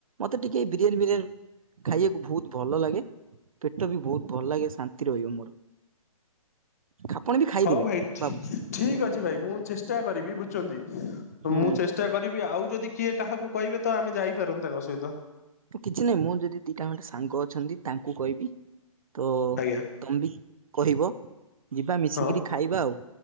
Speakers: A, on the right; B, on the left.
A: ମତେ ଟିକେ ଏଇ ବିରିୟାନ ଫିରିୟାନି ଖାଇବାକୁ ଭଉତ ଭଲ ଲାଗେ ପେଟ ବି ଭଉତ ଭଲ ଲାଗେ ଶାନ୍ତି ରହିବ ମୋର। ଆପଣ ବି ଖାଇଦେବେ
B: ହଉ ଭାଇ ଠି
A: ଭାବୁଛି
B: ଠିକ ଅଛି ଭାଇ ମୁଁ ଚେଷ୍ଟା କରିବି ବୁଝୁଛନ୍ତି?
A: ହୁଁ
B: ମୁଁ ଚେଷ୍ଟା କରିବି ଆଉ ଯଦି କିଏ କାହାକୁ କହିବେ ତ ଆମେ ଯାଇପାରନ୍ତେ ତାଙ୍କ ସହିତ।
A: କିଛି ନାଇଁ ମୁଁ ଯଦି ଦିଟା ଗଣ୍ଡେ ସାଙ୍ଗ ଅଛନ୍ତି ତାଙ୍କୁ କହିବି। ତ
B: ଆଜ୍ଞା
A: ତମ ବି କହିବ ଯିବା ମିଶିକିରି
B: ହଁ।
A: ଖାଇବା ଆଉ।